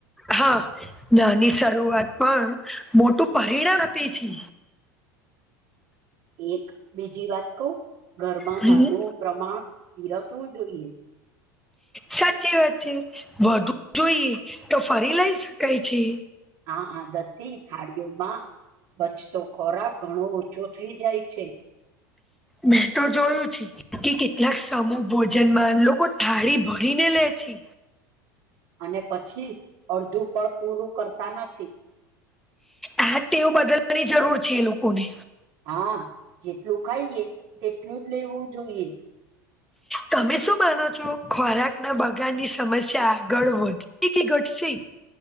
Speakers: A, in the centre; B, on the right (about 55°).
A: હા નાની શરૂઆત પણ મોટું પરિણામ આપે છે.
B: એક બીજી વાત કવ ઘરમાં
A: હમ,
B: નાનું પ્રમાણ પીરસવું જોઈએ.
A: સાચી વાત છે વધુ જોઈએ તો ફરી લઈ શકાય છે.
B: હા આદતથી થાળીઓમાં બચતો ખોરાક ઘણો ઓછો થઈ જાય છે.
A: મેં તો જોયું છે. કે કેટલાક સમૂહ ભોજન માં લોકો થાળી ભરીને લે છે.
B: અને પછી અડધું પણ પૂરું કરતા નથી.
A: આ જ ટેવ બદલવાની જરૂર છે એ લોકોને.
B: હા જેટલું ખાઈએ તેટલું જ લેવું જોઈએ.
A: તમે શું માનો છો ખોરાક ના બગાડની સમસ્યા આગળ વધ ધસે કે ઘટસે.